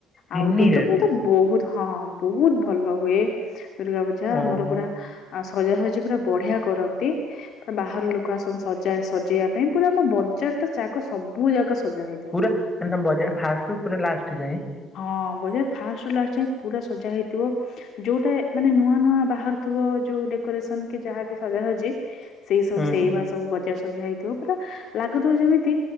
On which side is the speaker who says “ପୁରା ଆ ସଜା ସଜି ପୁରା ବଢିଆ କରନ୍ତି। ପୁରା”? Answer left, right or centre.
Left